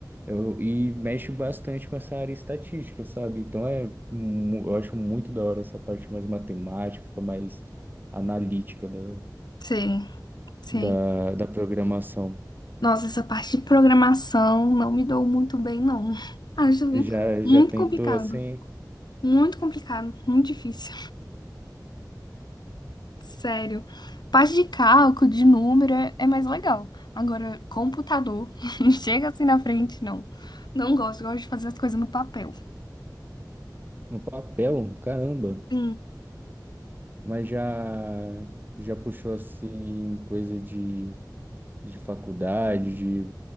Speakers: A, on the right (about 25°); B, on the left (about 75°).
A: eu, e mexe bastante com essa área estatística, sabe? Então é, mu- eu acho muito da hora essa parte mais matemática, mais analítica da,
B: Sei, sei.
A: da, da programação.
B: Nossa, essa parte de programação não me dou muito bem, não. <laughs> Acho
A: Já, já
B: muito
A: tentou
B: complicado.
A: assim
B: Muito complicado, muito difícil. Sério. Parte de cálculo, de número é, é mais legal. Agora, computador, <laughs> chega assim na frente, não. Não gosto, gosto de fazer as coisas no papel.
A: no papel? Caramba!
B: Sim,
A: Mas já já puxou assim coisa de, de faculdade, de